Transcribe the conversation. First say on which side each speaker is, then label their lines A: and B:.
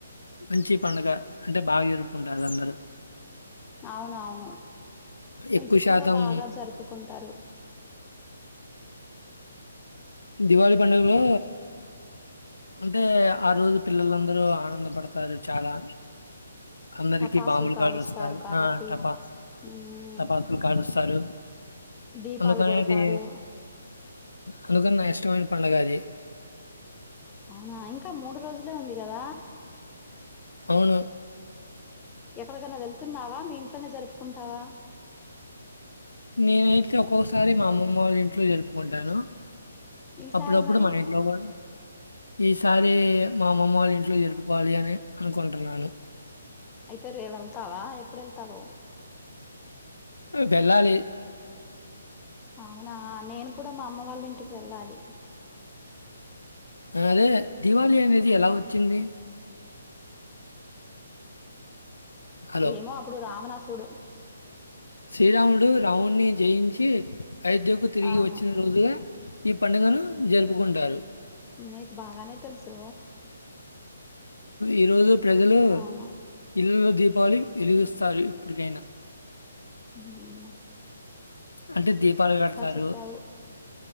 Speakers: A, on the left; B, on the left.
A: మంచి పండుగ అంటే బాగా ఎరుకుంటారు అందరూ
B: అవునవును
A: ఎక్కువ
B: ఇటు
A: శాతం
B: కూడా బాగా జరుపుకుంటారు
A: దివాళి పండుగలో అంటే ఆ రోజు పిల్లలందరూ ఆనందం కనపడతారు చాలా అందరికి
B: టపాసులు
A: బాంబులు కాలుస్తారు
B: కాబట్టి
A: ఆ టపా
B: ఉమ్
A: టపాసులు కాలుస్తారు
B: దీపాలు
A: అందుకనే
B: పెడతారు
A: అది అందుకని నాకు ఇష్టమైన పండుగ అది
B: అవునా ఇంకా. మూడు రోజులే ఉంది కదా.
A: అవును.
B: ఎక్కడికైనా వెళ్తున్నావా. మీ ఇంట్లోనే జరుపుకుంటావా.
A: నేనైతే ఒక్కొసారి మా అమ్మమ్మ వాళ్ళ ఇంట్లో జరుపుకుంటాను.
B: ఈసారి
A: అప్పుడు, అప్పుడు
B: మరి
A: మా ఇంట్లో కూడా ఈసారి మా అమ్మమ్మ వాళ్ళ ఇంట్లో జరుపుకోవాలి అని అనుకుంటున్నాను.
B: అయితే రేవు వెళ్తావా, ఎప్పుడు వెళ్తావో
A: రేపు వెళ్లాలి
B: అవునా నేను కూడా మా అమ్మ వాళ్ళ ఇంటికి. వెళ్ళాలి.
A: అదే దివాళి అనేది ఎలా వచ్చింది. హలో!
B: ఏమో అప్పుడు రావణాస్- అప్పుడు
A: శ్రీరాముడు రాముడ్ ని జయించి అయోధ్యకు తిరిగి
B: అవును
A: వచ్చిన రోజుగా ఈ పండుగను జరుపుకుంటారు.
B: నీకు బాగానే తెలుసు.
A: ఈ రోజు ప్రజలు
B: అవును
A: ఇళ్లలో ది దీపాలు వెలుగుస్తారు ఎప్పటికైనా
B: ఉ
A: అంటే దీపాలు పెడతారు
B: చెప్పావు